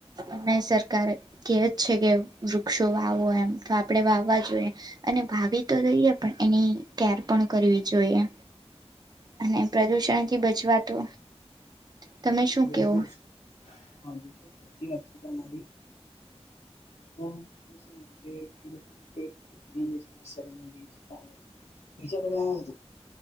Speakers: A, on the right; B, on the left.
A: અમે સરકાર કહે છે કે વૃક્ષો વાવો એમ તો આપણે વાવવા જોઈએ. અને ભાભી તો જોઈએ પણ એને કેર પણ કરવી જોઈએ. અને પ્રદુષણથી બચવા તો. તમે શું
B: બિલકુલ
A: કેવો
B: હા બિલકુલ સાચી વાત છે તમારી. હમ. એ ખેડૂતો માટે અઘરી સમસ્યા બની ગઈ છે પાણી બીજા બધા હું